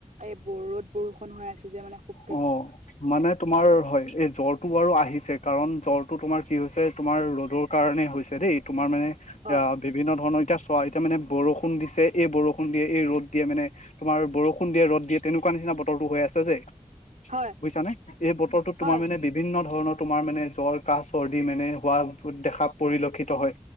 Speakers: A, on the right; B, on the left.
A: এই ব-ৰদ বৰষুণ হৈ আছে যে মানে খুব
B: অ', মানে তোমাৰ হয়, এই জ্বৰটো বাৰু আহিছে কাৰণ জ্বৰটো তোমাৰ কি হৈছে তোমাৰ ৰ'দৰ কাৰণে হৈছে দেই। তোমাৰ মানে,
A: হয়
B: এয়া বিভিন্ন ধৰণৰ এতিয়া চোৱা, এতিয়া মানে বৰষুণ দিছে এই বৰষুণ দিয়ে এই ৰ'দ দিয়ে মানে তোমাৰ বৰষুণ দিয়ে, ৰদ দিয়ে, তেনেকুৱা নিচিনা বতৰটো হৈ আছে যে
A: হয়
B: বুইছানে? এই বতৰটোত তোমাৰ
A: হয়
B: মানে বিভিন্ন ধৰণৰ তোমাৰ মানে জ্বৰ, কাহ, চৰ্দি মানে হোৱা দেখা উ পৰিলক্ষিত হয়।